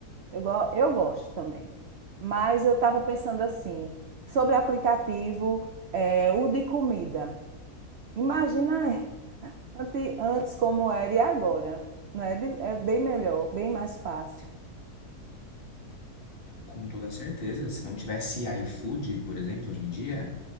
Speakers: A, on the right; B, on the left.
A: Eu, go- eu gosto também. Mas eu estava pensando assim, sobre aplicativo, é, o de comida. Imagina <laughs> ante- antes como era e agora. Não é, De- é bem melhor, bem mais fácil.
B: Com toda certeza, se não tivesse iFood, por exemplo, hoje em dia,